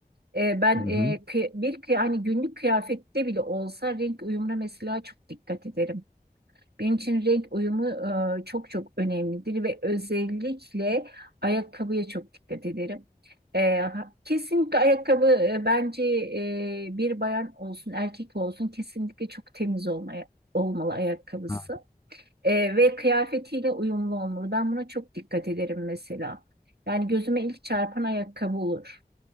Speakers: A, on the right; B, on the left.
A: E, ben
B: Hı hı.
A: e, kıy- bir kıy- hani günlük kıyafette bile olsa renk uyumuna mesela çok dikkat ederim. Benim için renk uyumu e, çok çok önemlidir ve özellikle ayakkabıya çok dikkat ederim. E, ha- kesinlikle ayakkabı e, bence e, bir bayan olsun erkek olsun kesinlikle çok temiz olmaya, olmalı ayakkabısı.
B: Ha,
A: E, ve kıyafetiyle uyumlu olmalı. Ben buna çok dikkat ederim mesela. Yani gözüme ilk çarpan ayakkabı olur.